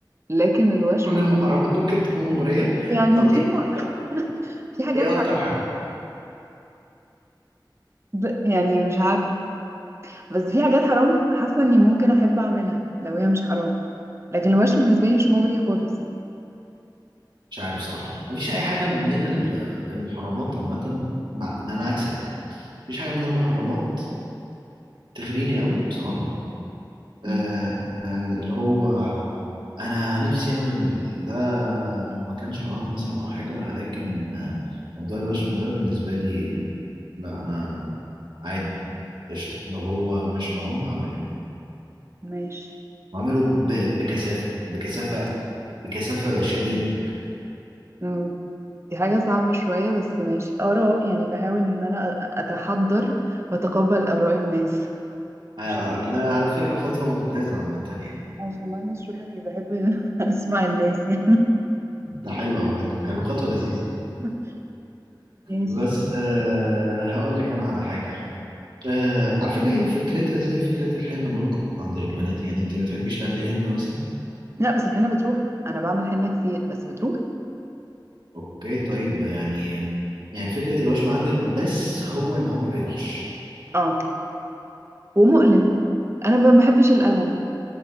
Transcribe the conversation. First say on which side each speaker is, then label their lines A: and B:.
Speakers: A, on the right; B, on the right.
A: لكن الوشم
B: <laughs> كل المحرمات ممكن تكون مغريه
A: يعني
B: طب
A: في
B: ايه
A: م-
B: اكتر
A: في حاجات
B: ايه
A: حرام
B: اكتر حاجه
A: ب- يعني مش عارفة بس في حاجات حرام حاسة إني ممكن أحب أعملها لو هي مش حرام لكن الوشم بالنسبة لي مش مغري خالص
B: مش عارف بصراحه مفيش اي حاجه من ال- المحرمات عامه مع ان انا عكسك مفيش حاجه من المحرمات تغريني قوي بصراحه آه،
A: مم.
B: آه، اللي هو انا نفسي اعمل ده لو ما كانش حرام مثلا او حاجه لكن آه، موضوع الوشم ده بالنسبه لي لا انا عادي قشطه لو هو مش حرام هعمله
A: ماشي
B: هعمله ب- بكثافه بكثافه بكثافه شديده
A: مم. دي حاجة صعبة شوية بس ماشي آراء يعني بحاول إن أنا أ- أتحضر وأتقبل آراء الناس
B: آه،
A: عشان
B: ده على فكره خطوه ممتازه عامه يعني
A: عشان أنا شوية مش بحب <laughs> أسمع الناس يعني
B: ده حلو عامه حلو خطوه لذيذه
A: <laughs> ماشي
B: بس آه، هقول لك انا على حاجه آه على فكرة هي فكرتها زي فكرة الحنة برضه عند البنات يعني انت ما تحبيش تعملي حنة مثلا
A: لا بس الحنة بتروح انا بعمل حنة كتير بس بتروح
B: اوكي طيب يعني يعني فكرة الوشم عندك بس هو ان هو ما بيروحش
A: اه ومؤلم انا ما بحبش الألم